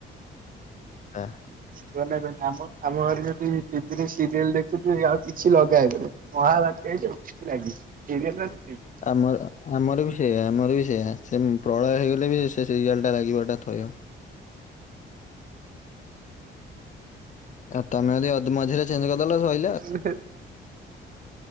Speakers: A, on the left (about 40°); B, on the right (about 45°).
A: ନା।
B: କୁହନା କୁହନା ଆମ ଆମ ଘରେ ଯଦି ଟିଭି ରେ ସିରିଏଲ ଦେଖୁଥିବେ ଆଉ କିଛି ଲଗା ହେବନି। ମହାବାତ୍ୟା <unintelligible> ସିରିଏଲ୍ ରେ ଆସିଛି।
A: ଆମର ଆମର ବି ସେୟା ଆମର ବି ସେୟା ସେ ପ୍ରଳୟ ହେଇଗଲେ ବି ସେ ସେ ସିରିଆାଲ୍ଟା ଲାଗିବାଟା ଥୟ। ଆଉ ତମେ ଯଦି ଅଧ୍ ମଝିରେ ଚେଞ୍ଜକରଦଲ ସଇ
B: <inaudible>